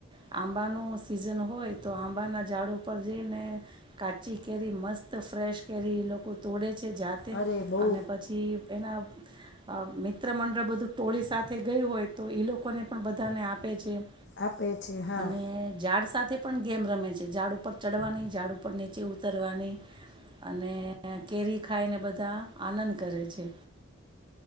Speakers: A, on the right; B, on the left.
A: આંબાનું સિઝન હોય તો આંબાના ઝાડ ઉપ જઈને કાચી કેરી મસ્ત ફ્રેશ કેરી લોકો તોડે છે જાતે
B: અરે બહુ
A: અને પછી. એના મિત્ર મંડળ બધું ટોળી સાથે ગયું હોય તો એ લોકોને પણ બધાને આપ. પે છેમ.
B: આપે છે હા
A: અને ઝાડ સાથે. સાથે પણ ગેમ રમે છે ઝાડ ઉપર ચડવાની ઝાડુ ઉપર નીચે ઉતરવાની અને કેરી ખાયને બધા આનંદ કરે છે.